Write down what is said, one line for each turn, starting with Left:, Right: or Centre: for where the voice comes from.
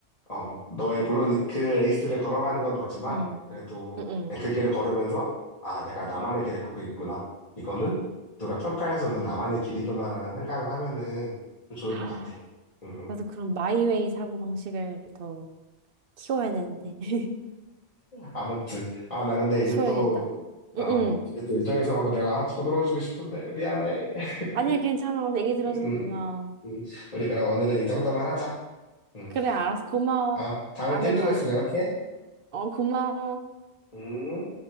Left: 어, 너의, 물론 그 레이스를 걸어가는 건 너지만,
Right: 음,
Left: 그래도
Right: 음, 음.
Left: 그냥 그 길을 걸으면서, 아, 내가 나만의 길을 갖고 있구나. 이거는 누가 평가해서는 나만의 길이구나라는 생각을 하면은 좀 좋을
Right: 아,
Left: 것 같아. 음, 음.
Right: 나도 그런 마이웨이 사고 방식을 더 키워야 되는데. <laughs>
Left: 아무튼. 아, 나 근데 이제
Right: 키워야겠다.
Left: 또,
Right: 응,
Left: 어,
Right: 응.
Left: 뒤에 또 일정이 있어갖고 내가 쳐돌어주고 싶은데, 미안해. <laughs>
Right: 아니야, 괜찮아. 얘기 들어줘서
Left: 음,
Right: 고마워.
Left: 음. 우리 그럼 오늘은 이 정도만 하자. 음.
Right: 그래, 알았어. 고마워.
Left: 아, 다음에
Right: 다음에
Left: 또 힘든
Right: 봐.
Left: 거 있으면 연락해.
Right: 어, 고마워.
Left: 음.